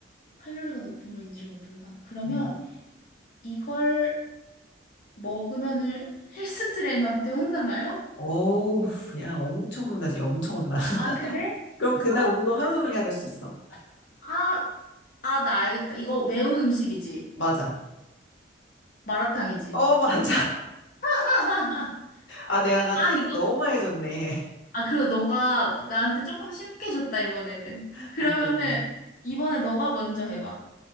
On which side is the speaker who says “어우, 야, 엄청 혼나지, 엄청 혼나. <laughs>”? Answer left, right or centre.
Left